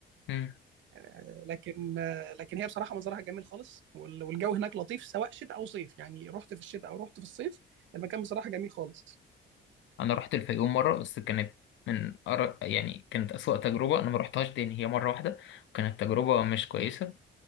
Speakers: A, on the left; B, on the right.
A: مم.
B: آه، لكن آه، لكن هي بصراحه منظرها جميل خالص وال- والجو هناك لطيف سواء شتاء او صيف يعني رحت في الشتاء او رحت في الصيف المكان بصراحه جميل خالص
A: انا رحت الفيوم مره بس كانت من أر... يعني كانت اسوأ تجربه انا ما رحتهاش تاني هي مره واحده كانت تجربه مش كويسه